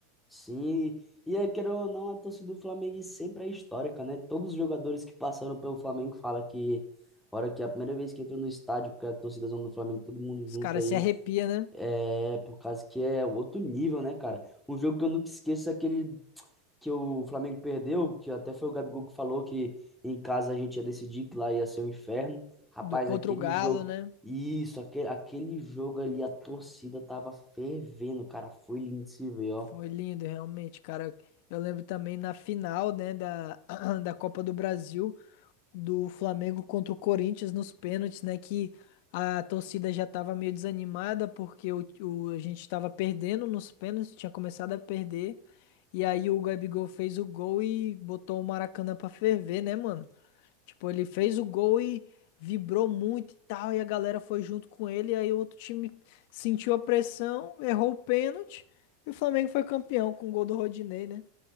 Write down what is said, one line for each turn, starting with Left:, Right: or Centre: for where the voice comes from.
Centre: Sim, e é, queira ou não, a torcida do Flamengo sempre é histórica, né? Todos os jogadores que passaram pelo Flamengo falam que, a hora que é a primeira vez que entra no estádio, porque a torcida do Flamengo, todo mundo
Left: Os
Centre: junto
Left: caras
Centre: aí.
Left: se arrepiam, né?
Centre: É, por causa que é outro nível, né, cara? Um jogo que eu nunca esqueço é aquele que o Flamengo perdeu, que até foi o Gabigol que falou que em casa a gente ia decidir que lá ia ser um inferno. Rapaz,
Left: do contra
Centre: aquele
Left: o Galo,
Centre: jogo,
Left: né?
Centre: isso, aquele, aquele jogo ali, a torcida tava fervendo, cara. Foi lindo de se ver, ó.
Left: Foi lindo, realmente, cara. Eu lembro também na final, né, da, <clears throat> da Copa do Brasil, do Flamengo contra o Corinthians nos pênaltis, né, que a torcida já tava meio desanimada porque o, o- a gente tava perdendo nos pênaltis, tinha começado a perder. E aí o Gabigol fez o gol e botou o Maracanã pra ferver, né, mano? Tipo, ele fez o gol e vibrou muito e tal, e a galera foi junto com ele, e aí o outro time sentiu a pressão, errou o pênalti, e o Flamengo foi campeão com o gol do Rodinei, né?